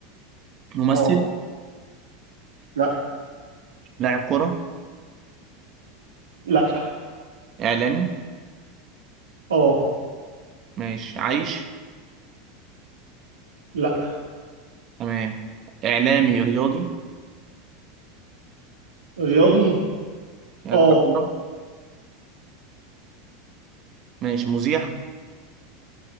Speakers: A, on the right (about 40°); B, on the right (about 75°).
A: ممثل
B: اه لا
A: لاعب كرة
B: لا
A: إعلامي
B: اه
A: ماشي عايش
B: لا
A: تمام إعلامي رياضي
B: رياضي
A: يعني
B: اه
A: بتاع كورة ماشي مذيع